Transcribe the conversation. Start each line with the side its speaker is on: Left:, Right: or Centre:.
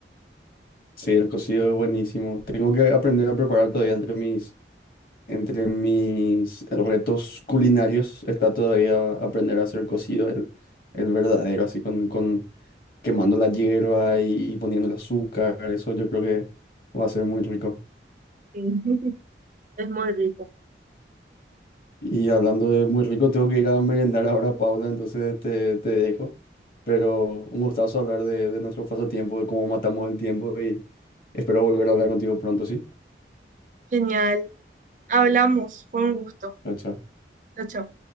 Left: Sí, el cocido es buenísimo. Tengo que aprender a preparar todavía entre mis, entre mis retos culinarios. Está todavía aprender a hacer cocido el, el verdadero, así con, con quemando la hierba y, y poniendo el azúcar. Eso yo creo que va a ser muy rico.
Right: Sí, <laughs> es muy rico.
Left: Y hablando de muy rico, tengo que ir a merendar ahora, Paula, entonces te, te dejo. Pero un gustazo hablar de, de nuestro pasatiempo, de cómo matamos el tiempo y espero volver a hablar contigo pronto, ¿sí?
Right: Genial. Hablamos, fue un gusto.
Left: Chao, chao.
Right: Chao, chao.